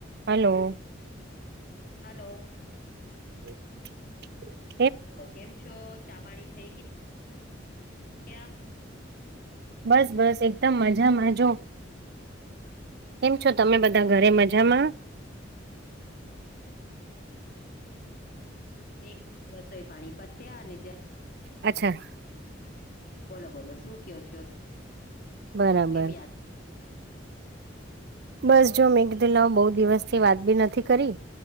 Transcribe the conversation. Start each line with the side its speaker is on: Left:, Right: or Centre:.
Right: Hello
Left: hello
Right: <inaudible>
Left: ઓ કેમ છો? ચા પાણી થઈ ગય ગયા?
Right: બસ બસ એકદમ મજામાં જો કેમ છો તમે બધા ઘરે મજામાં?
Left: એક રસોઈ પાણી પત્યા અને
Right: અચ્છા
Left: બોલો બોલો શું કયો છો?
Right: બરાબર
Left: કેમ યાદ
Right: બસ જો મેઘ દેલાઓ બહુ દિવસ થી વાત બી નથી કરી.